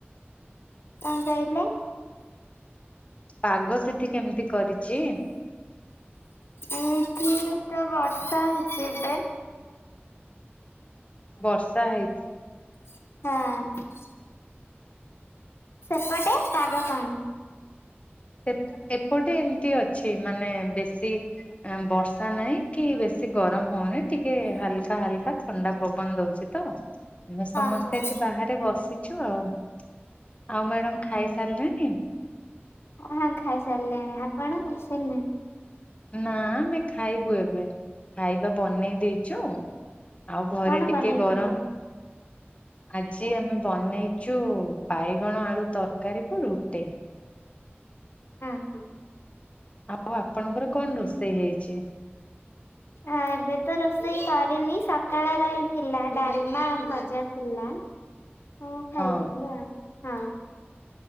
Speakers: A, on the left; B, on the left.
A: କଣ କହିଲେ?
B: ପାଗ ସେଠି କେମିତି କରିଛି
A: ଏଇଠି ତ ବର୍ଷା ହେଇଛି ଏବେ
B: ବର୍ଷା ହେଇଛି।
A: ହଁ ସେପଟେ ପାଗ କଣ?
B: ସେ ଏପଟେ ଏମତି ଅଛି ମାନେ ବେଶୀ ବର୍ଷା ନାହିଁ କି ବେଶୀ ବେସି ଗରମ ହଉନି ଟିକେ ହାଲ୍କା ହାଲ୍କା ଥଣ୍ଡା ପବନ ଦଉଛି ତ ଆମେ ସମସ୍ତେ
A: ହଁ ହଁ
B: ଏଠି ବାହାରେ ବସିଛୁ ଆଉ। ଆଉ ମ୍ୟାଡାମ୍ ଖାଇସାରିଲେଣିି?
A: ହଁ ଖାଇସାରିଲେଣି ଆପଣ ଖାଇସାରିଲେଣି?
B: ନା ଆମେ ଖାଇବୁ ଏବେ ଖାଇବା ବନେଇ ଦେଇଚୁ। ଆଉ ଘରେ
A: କଣ
B: ଟିକେ
A: ବନେଇଛନ୍ତି
B: ଗରମ
A: ଆଜି?
B: ଆଜି ଆମେ ବନେଇଛୁ ବାଇଗଣ ଆଳୁ ତରକାରୀ କୁ ରୁଟି।
A: ହଁ ହଁ।
B: ଆଉ ଆପଣଙ୍କର କଣ ରୋଷେଇ ହେଇଛି?
A: ଏବେ ତ ରୋଷେଇ କରିନି ସକାଳ ର ହିଁ ଥିଲା ଡାଲମା ଭଜା ଥିଲା। ମୁଁ ଖାଇଦେଲି
B: ହଁ
A: ଆଉ ହଁ।